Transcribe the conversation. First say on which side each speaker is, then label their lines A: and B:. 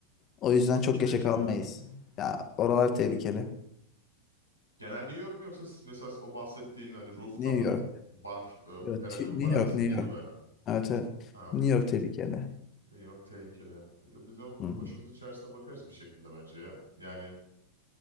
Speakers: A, on the left; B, on the right.
A: O yüzden
B: nasıl
A: çok
B: tehlikeli?
A: geçe kalmayız. Ya oralar tehlikeli.
B: Genel New York mu yoksa siz mesela o bahsettiğin hani rooftop
A: New York.
B: bar e,
A: Yo,
B: herhalde
A: T-
B: bu
A: New
B: barın
A: York,
B: ismi
A: New
B: değil
A: York.
B: mi böyle?
A: Evet evet.
B: Ha,
A: New York tehlikeli.
B: New York tehlikeli. Ya Biz de başımızın
A: Hı hı.
B: içerisine bakarız bir şekilde bence ya. Yani